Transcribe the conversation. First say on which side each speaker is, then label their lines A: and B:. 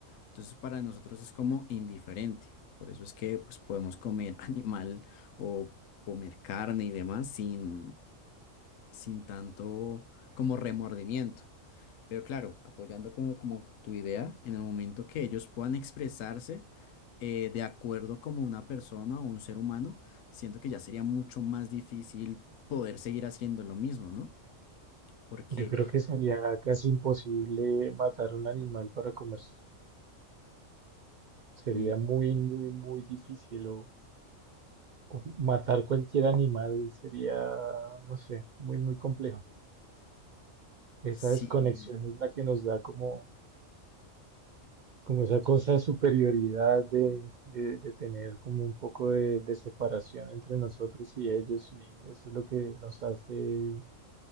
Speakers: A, on the left (about 80°); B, on the right (about 70°).
A: entonces para nosotros es como indiferente. Por eso es que pues podemos comer <laughs> animal o comer carne y demás sin, sin tanto como remordimiento. Pero claro, apoyando como, como tu idea, en el momento que ellos puedan expresarse eh, de acuerdo como una persona o un ser humano, siento que ya sería mucho más difícil poder seguir haciendo lo mismo, ¿no? Porque
B: Yo creo que sería casi imposible matar un animal para comérselo. Sería
A: y,
B: muy, muy, muy difícil. O, o matar cualquier animal sería, no sé, muy, muy complejo. Esa
A: si,
B: desconexión es la que nos da como, como esa cosa de superioridad de, de, de tener como un poco de, de separación entre nosotros y ellos. Y eso es lo que nos hace